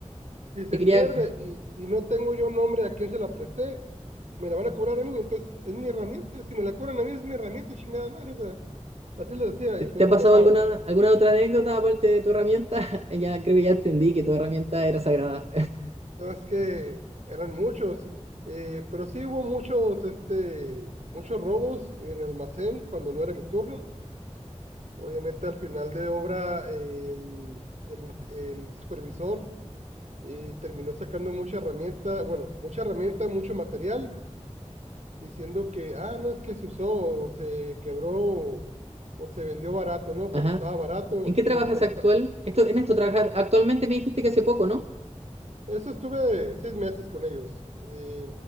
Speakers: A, on the right; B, on the right.
A: Si se
B: Te quería,
A: pierde y, y no tengo yo nombre a quién se la presté, me la van a cobrar a mí. Entonces, es mi herramienta. Si me la cobran a mí, es mi herramienta, chingada madre. O sea, así les decía.
B: ¿te,
A: Entonces
B: te ha pasado
A: se enojaban.
B: alguna, alguna otra anécdota aparte de tu herramienta? <laughs> Ya creo que ya entendí que tu herramienta era sagrada.
A: No, es que eran muchos, eh, pero sí hubo muchos, este, muchos robos en el almacén cuando no era mi turno. Obviamente al final de obra eh, el, el- el supervisor eh, terminó sacando mucha herramienta, bueno, mucha herramienta, mucho material, diciendo que, ah, no es que se usó o se quebró o, o se vendió barato, ¿no?
B: Ajá.
A: Cuando estaba barato,
B: ¿En qué trabajas
A: y bueno, cuando,
B: actual?
A: está-
B: Esto, en esto trabajas actualmente me dijiste que hace poco, ¿no?
A: Eso estuve seis meses con ellos, eh,